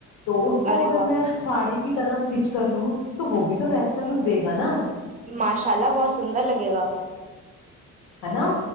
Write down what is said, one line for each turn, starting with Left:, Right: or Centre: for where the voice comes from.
Left: تو اس کو
Right: ارے
Left: اگر
Right: واہ
Left: میں <unintelligible> ساڑی کی طرح اسٹچ کر لوں تو وہ بھی تو ویسٹرن لک دے گا نا <unintelligible>
Right: ماشاء اللہ بہت سندر لگے گا <unintelligible>
Left: ہے نا